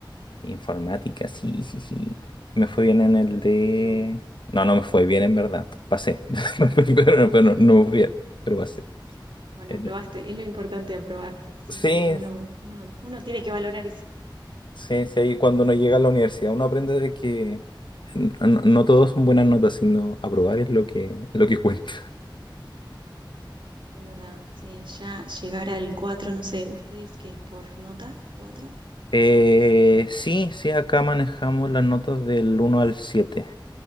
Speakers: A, on the left; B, on the right.
A: Informática, sí, sí, sí. Me fue bien en el de...
B: Qué bu-
A: No, no me fue bien en verdad. Pasé. <laughs> Pero, pero no, no me fue bien, pero pasé.
B: bueno,
A: En-
B: aprobaste, es lo importante aprobar. Siempre
A: Sí,
B: uno, uno, uno tiene que valorar eso.
A: sí, sí. ahí Cuando uno llega a la universidad, uno aprende de que n- no, no todo son buenas notas, sino aprobar es lo que, lo que cuenta.
B: Es verdad, sí, ya llegar al 4, no sé, ¿ustedes qué es por nota? 4.
A: Eh, sí, sí, acá manejamos las notas del uno al siete